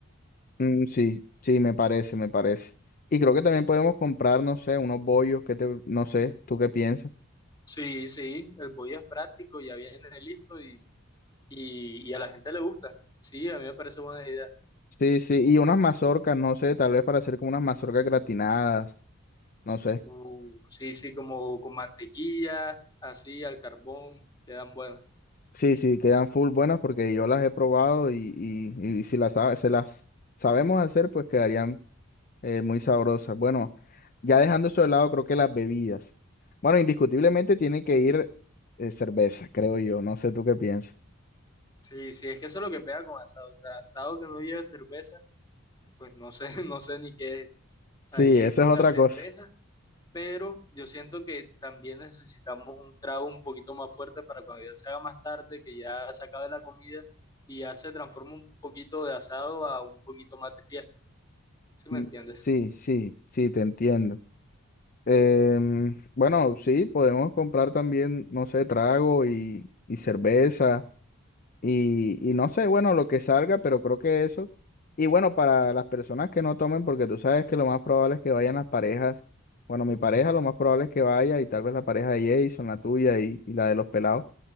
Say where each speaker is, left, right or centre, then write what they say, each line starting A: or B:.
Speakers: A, on the left; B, on the left.
A: Mm, sí, sí, me parece, me parece. Y creo que también podemos comprar, no sé, unos bollos, que te, no sé, ¿tú qué piensas?
B: Sí, sí, el bollo es práctico, ya viene listo y, y, y a la gente le gusta. Sí, a mí me parece buena idea.
A: Sí, sí, y unas mazorcas, no sé, tal vez para hacer como unas mazorcas gratinadas, no sé.
B: Uh, sí, sí, como con mantequilla, así al carbón, quedan buenas.
A: Sí, sí, quedan full buenas porque yo las he probado y, y, y si las, sabe- se las sabemos hacer, pues quedarían eh, muy sabrosas. Bueno, ya dejando eso de lado, creo que las bebidas. Bueno, indiscutiblemente tiene que ir eh, cerveza, creo yo. No sé tú qué piensas.
B: Sí, sí, es que eso es lo que pega con asado. O sea, asado que no lleve cerveza, pues no sé, <laughs> no sé ni qué. es.
A: Sí,
B: Ahí
A: esa
B: toca
A: es otra
B: cerveza
A: cosa.
B: pero yo siento que también necesitamos un trago un poquito más fuerte para cuando ya se haga más tarde, que ya se acabe la comida y ya se transforma un poquito de asado a un poquito más de fiesta, ¿sí me
A: Mm,
B: entiendes?
A: Sí, sí, sí, te entiendo. Em, bueno, sí, podemos comprar también, no sé, trago y, y cerveza. Y, y no sé, bueno, lo que salga, pero creo que eso. Y bueno, para las personas que no tomen, porque tú sabes que lo más probable es que vayan las parejas. Bueno, mi pareja lo más probable es que vaya y tal vez la pareja de Jason, la tuya y, y la de los pelados.